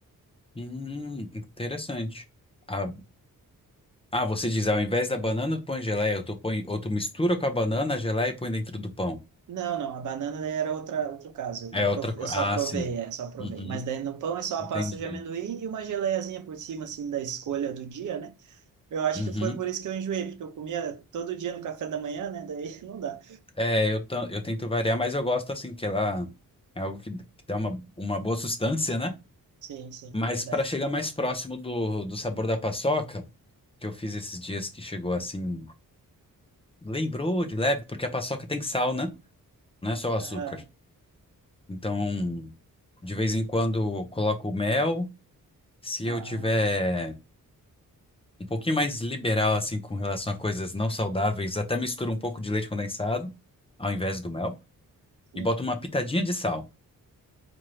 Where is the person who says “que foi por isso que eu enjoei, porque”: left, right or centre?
Right